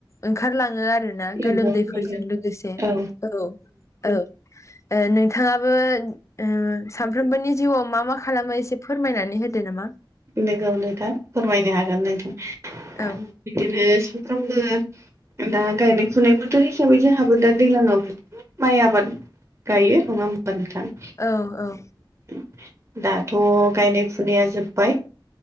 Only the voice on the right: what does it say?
नंगौ
नंगौ
औ
नंगौ नोथां फोरमायनो हागोन नोंथां।
बिदिनो सामफ्रामबो दा गायनाय फुनाय बोथोर हिसाबै जोंहाबो दा दैलांआव माइ आबाद गायो नङा होमबा नोंथां।
<inaudible> दाथ' गायनाय फुनाया जोबबाय।